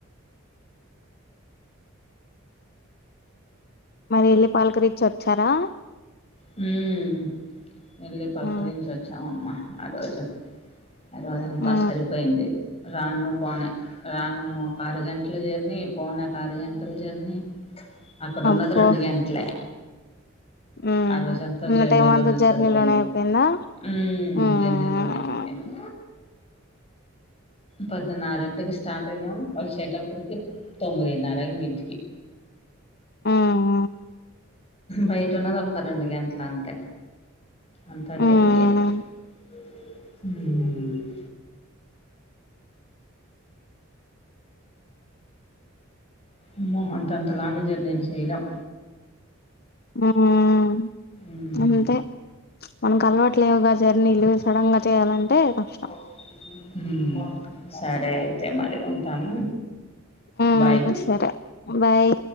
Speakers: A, on the left; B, on the left.
A: మరి వెళ్లి పలకరించి వచ్చారా
B: హామ్ వెళ్ళి పలకరించి
A: ఆ
B: వచ్చామమ్మ ఆ రోజు ఆ రోజ అంతా
A: ఆ
B: సరిపోయింది రాను పోనే రాను ఒక అరు గంటల జర్నీ పోనే ఒక అరు గంటల జర్నీ అక్కడ ఉన్నది
A: అబ్బో
B: రెండు గంటలే
A: ఉమ్
B: ఆ రోజు అంతా
A: ఉన్న
B: జర్నీ
A: టైం
B: లోనే
A: అంతా జర్నీలోనే
B: సరిపోయింది
A: అయిపోయిందా
B: ఉమ్
A: ఉమ్
B: జర్నీలోనే అయిపోయింది పొద్దున్న ఆరింటికి స్టార్ట్ అయ్యాము వచ్చేటప్పటికి తొమ్మిదిన్నర అయింది ఇంటికి
A: ఉమ్
B: బయట ఉన్నది ఒక్క రెండు గంటలు అంతే అంతా
A: ఉమ్
B: జర్నీ యే హు అమ్మో అంత అంత లాంగ్ జెర్నీలు చేయలేం
A: ఉమ్
B: ఉమ్
A: అంతే మనకు అలవాట్లులేవుగా జర్నీలు సడెన్ గా చేయాలంటే కష్టం
B: హమ్ సరే అయితే మరి ఉంటాను
A: ఉమ్
B: బాయ్
A: సరే బాయ్